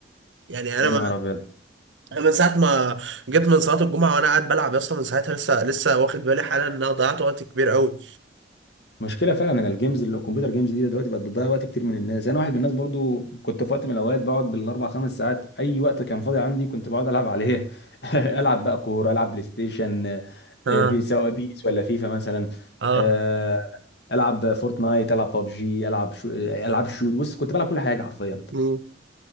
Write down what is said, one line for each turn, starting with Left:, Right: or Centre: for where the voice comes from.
Right: يعني انا
Left: يا
Right: ما...
Left: نهار ابيض
Right: أنا من ساعه ما جيت من صلاه الجمعه وانا قاعد بلعب يا اسطى من ساعتها لسه لسه واخد بالي حالا ان انا ضيعت وقت كبير قوي
Left: مشكله فعلا ان الجيمز اللي الكمبيوتر جيمز دي دلوقتي بقت بتضيع وقت كتير من الناس انا واحد من الناس برضو كنت في وقت من الاوقات بقعد بالاربع خمس ساعات اي وقت كان فاضي عندي كنت بقعد العب عليه <laughs> العب بقى كوره العب بلاي ستيشن
Right: اه
Left: آه، بي سواء بيس ولا فيفا مثلا
Right: اه
Left: آه، العب فورتنايت العب ببجي العب شو العب شوت بص كنت بلعب كل حاجه حرفيا
Right: مم.